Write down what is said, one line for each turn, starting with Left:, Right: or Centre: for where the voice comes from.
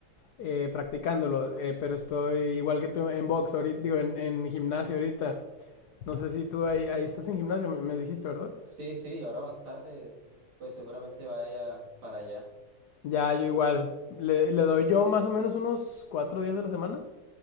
Left: eh, practicándolo, eh, pero estoy igual que tú en box, ahorita, digo, en, en gimnasio ahorita. No sé si tú ahí, ahí estás en gimnasio, me, me dijiste, ¿verdad?
Right: Sí, sí, ahora más tarde, pues seguramente vaya para allá.
Left: Ya, yo igual. Le, le doy yo más o menos unos cuatro días a la semana.